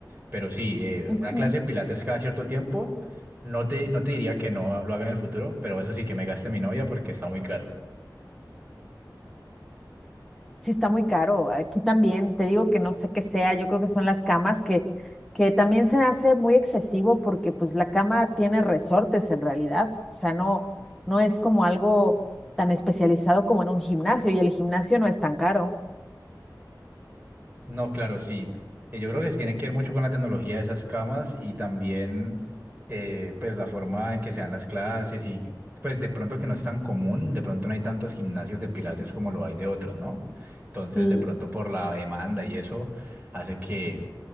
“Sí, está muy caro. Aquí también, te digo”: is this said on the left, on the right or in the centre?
Centre